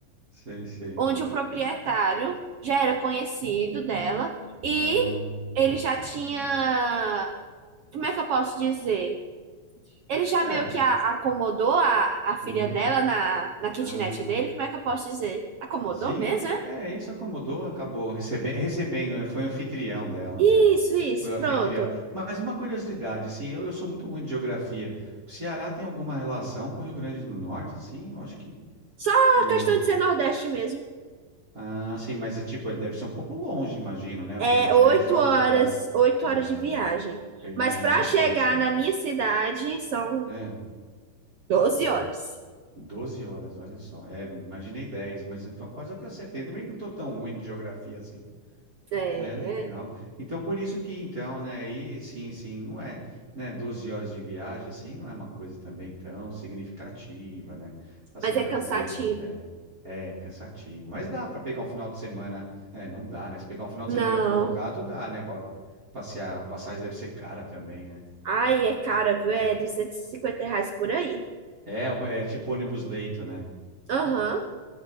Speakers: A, on the right (about 25°); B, on the right (about 80°).
A: sei, sei.
B: onde o proprietário já era conhecido dela e
A: Ah,
B: ele já tinha, como é que eu posso dizer? Ele já
A: é.
B: meio que a- acomodou a, a filha
A: Uhum.
B: dela na, na kitnet
A: Ah.
B: dele, como é que eu posso dizer? Acomodou
A: Sim,
B: mesmo, é?
A: é, isso acomodou, acabou recebe recebendo, né? Foi anfitrião dela,
B: Isso,
A: é.
B: isso,
A: Foi o anfitrião.
B: pronto.
A: Mas uma curiosidade, assim, eu, eu sou muito ruim de geografia. O Ceará tem alguma relação com o Rio Grande do Norte, assim? Eu acho que
B: Só
A: não.
B: a questão de ser Nordeste mesmo.
A: Ah, sim, mas é tipo, ele deve ser um pouco longe, imagino, né?
B: É
A: O quê? Umas
B: oito
A: 10 horas
B: horas,
A: de viagem?
B: oito
A: Ah,
B: horas de viagem.
A: eu eu imaginei
B: Mas para
A: dez
B: chegar
A: Ah,
B: na minha cidade são
A: é,
B: 12 horas.
A: 12 horas, olha só. É, imaginei 10 mas então quase que eu acertei. Também que não estou tão ruim de geografia assim.
B: É,
A: É legal.
B: é.
A: Então, por isso que, então, né, aí, sim, sim, não é, né, 12 horas de viagem, assim, não é uma coisa também tão significativa, né? Assim,
B: mas é
A: para
B: cansativo.
A: dizer, é, é cansativo. Mas dá para pegar um final de semana, é, não dá, né? Se pegar um final de
B: Não.
A: semana prolongado, dá, né? Para passear, passagem deve ser cara também, né?
B: Ai, é cara, viu? É 250 reais por aí.
A: É, o- é tipo ônibus leito, né?
B: Aham.